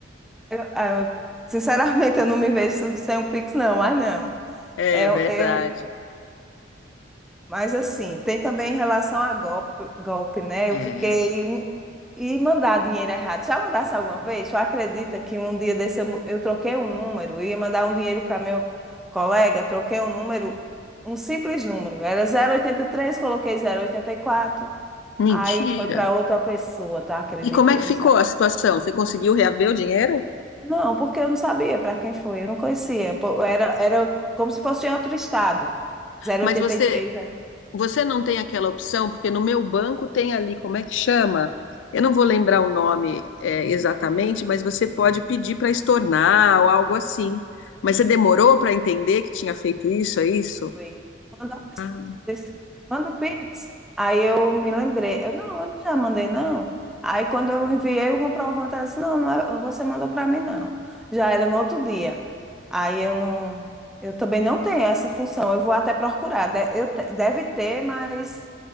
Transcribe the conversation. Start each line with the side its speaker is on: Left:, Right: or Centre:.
Centre: eu- eu- sinceramente, eu não me vejo sem o Pix, não, mas não.
Left: É
Centre: Eu
Left: verdade.
Centre: eu, Mas assim, tem também em relação a golpe, golpe, né?
Left: É.
Centre: Eu fiquei um- e mandar dinheiro errado. Já mandasse alguma vez? Tu acredita que um dia desse eu, mu- eu troquei um número, eu ia mandar um dinheiro para meu colega, troquei um número, um simples número. Era zero oito três coloquei zero oito quatro
Left: Mentira.
Centre: aí foi para outra pessoa, tá acredita?
Left: E como é
Centre: Eu
Left: que ficou
Centre: não sabia.
Left: a situação? Você conseguiu reaver o dinheiro?
Centre: Não, porque eu não sabia para quem foi, eu não conhecia. Pô, Era, era como se fosse em outro estado. 083,
Left: Mas você Você não tem aquela opção, porque no meu banco tem ali, como é que chama? Eu não vou lembrar o nome, é, exatamente, mas você pode pedir para estornar ou algo assim. Mas
Centre: é.
Left: você demorou para entender que tinha feito isso, é isso?
Centre: Foi. Quando a pessoa
Left: Ah,
Centre: disse, manda o Pix. Aí eu me lembrei, eu não, eu não já mandei não. Aí quando eu enviei o comprovante, ela disse, não, não é- você mandou para mim não. Já era no outro dia. Aí eu não, eu também não tenho essa função. Eu vou até procurar. De- eu te- deve ter, mas